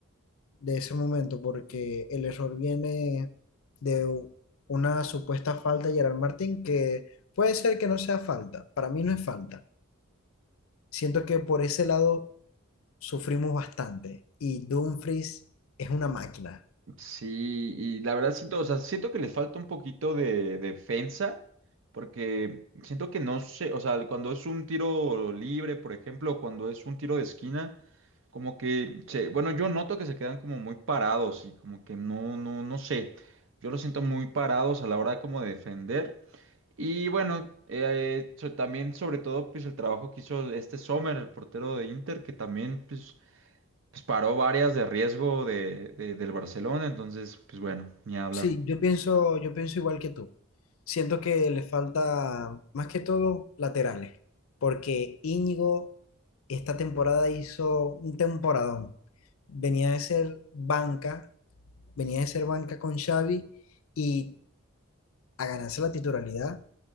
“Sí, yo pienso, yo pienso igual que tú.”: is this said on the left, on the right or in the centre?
Left